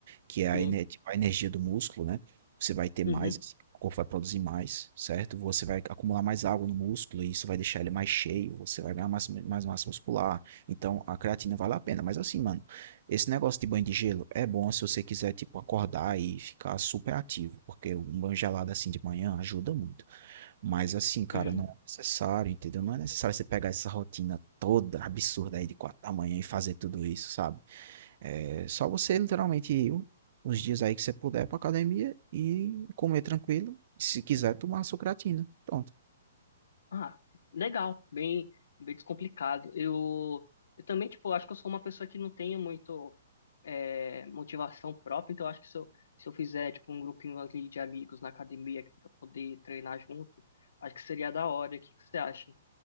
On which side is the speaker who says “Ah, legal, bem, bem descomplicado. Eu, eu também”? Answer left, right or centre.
Left